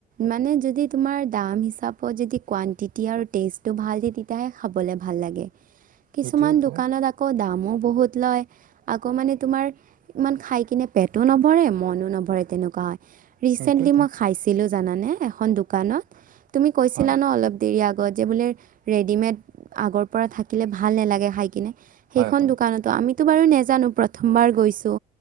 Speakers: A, on the right (about 55°); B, on the right (about 85°).
A: মানে যদি তোমাৰ দাম হিচাপত যদি কোৱান্তি তেতিয়া আৰু টেষ্টটো ভাল দিয়ে তেতিয়াহে খাবলৈ ভাল লাগে। কিছুমান
B: সেইটোয়ে কোৱা
A: দোকানত আকৌ দামো বহুত লয় আকৌ মানে তোমাৰ ইমান খাই কিনে পেটো নভৰে মনো নভৰে তেনেকুৱা হয়। ৰিচেন্টলি
B: সেইটোয়েতো
A: মই খাইছিলো জানানে এখন দোকানত তুমি কৈছিলা
B: হয়
A: ন অলপ দেৰি আগ আগত যে বোলে ৰেডিমেড আগৰ পৰা থাকিলে ভাল নালাগে খাই কিনে। সেইখন
B: হয় হয়
A: দোকানতো আমিতো বাৰু নেজানো প্ৰথমবাৰ গৈছো